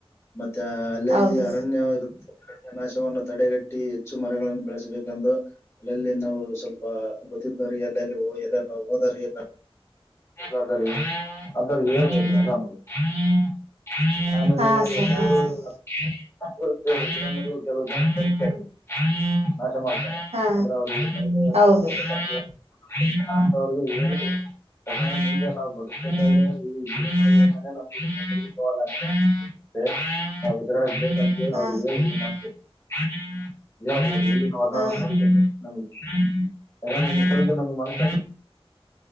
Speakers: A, on the left (about 25°); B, on the right (about 85°).
A: ಮತ್ತೆ ಅಲ್ಲಲ್ಲಿ
B: ಹೌದು
A: ಅರಣ್ಯ ಇರುತ್ತರಣ ನಾಶವನ್ನು ತಡೆಗಟ್ಟಿ ಹೆಚ್ಚು. ಮರಗಳನ್ನು ಬೆಳೆಸಬೇಕೆಂದು. ಅಲ್ಲೆಲ್ಲಿ ನಾವು ಸ್ವಲ್ಪ ಗೊತ್ತಿದ್ದವ್ರ ಅಲ್ಲೆಲ್ಲಿ ಎಲ್ಲ ನಾವು ಹೋದ್ರರೇ ನಾವು <unintelligible> <inaudible>
B: ಹಾ ಸರ್ ಹಾ ಸರ್
A: <inaudible> <inaudible>
B: ಹಾ ಹೌದು
A: <unintelligible> <unintelligible> <inaudible> <unintelligible> <inaudible> <unintelligible>
B: ಹಾ
A: <inaudible>
B: ಹಾ
A: <unintelligible> <inaudible>